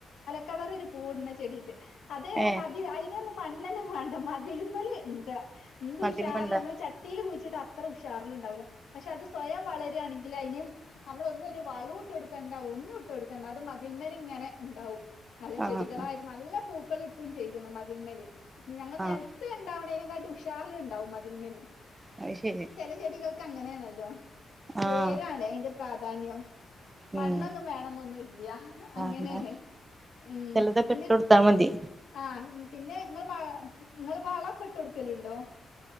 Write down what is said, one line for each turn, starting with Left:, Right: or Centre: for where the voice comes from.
Left: കളറി ഒരു പൂവിടുന്ന ചെടീണ്ട് അതെ
Right: ഏഹ്
Left: മതി അയിന് മു മണ്ണന്നെ വേണ്ട മതിലിമേൽ ഉണ്ട് എന്തു
Right: മതില്
Left: ഉഷാറില്
Right: മണ്ടാർ
Left: നമ്മള് ചട്ടിയിൽ കുഴിച്ചിട്ട് അ അത്ര ഉഷാറില് ഉണ്ടാവൂല്ല പക്ഷേ അത് സ്വയം വളരുകയാണെങ്കിൽ അതിന് നമ്മളൊന്നും ഒരു വളോ ഇട്ട് കൊടുക്കണ്ട ഒന്നും ഇട്ട് കൊടുക്കണ്ട അത് മതിൽമേല ഇങ്ങനെ ഉണ്ടാവും നല്ല ചെടികളായിട്ട്
Right: ആഹ്
Left: നല്ല പൂ പൂക്കളിട്ടും ചെയ്തണം അതിൽമേലെ ഞങ്ങൾ നിലത്ത്
Right: ആഹ്
Left: ഇണ്ടാവണേന ഷ <unintelligible> ചാർലുണ്ടാവും അതിന്മേൽ
Right: അത് ശരി
Left: ചെല ചെടികൾ ക്ക് അങ്ങനെണല്ലോ
Right: ആഹ്
Left: വേരാണ് അതിന്റെ പ്രാധാന്യം മണ്ണൊന്നും
Right: ഉം
Left: വേണന്നൊന്നും ഇല്ല
Right: വേറെന്താ
Left: അങ്ങനെയാണ് ഉം
Right: ചെലതൊക്കെ
Left: എന്നി
Right: ഇട്ട് കൊടുത്താ മതി
Left: ആ പിന്നെ നിങ്ങൾ വ നിങ്ങൾ വളക്കെ ഇട്ട് കൊടുക്കലു ണ്ടോ?